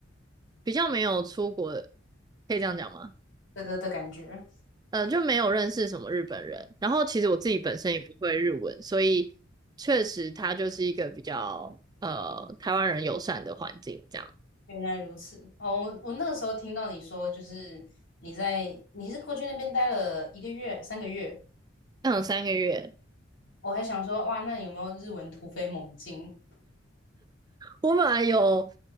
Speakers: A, on the right; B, on the left.
A: 比较没有出国的可以这样讲吗？
B: 的的的感觉。
A: 呃，就没有认识什么日本人。然后其实我自己本身也不会日文，所以确实它就是一个比较呃台湾人友善的环境这样。
B: 原来如此。哦，我那个时候听到你说，就是你在你是过去那边待了一个月、三个月，
A: 嗯，三个月。
B: 我还想说，哇，那有没有日文突飞猛进？
A: 我本来有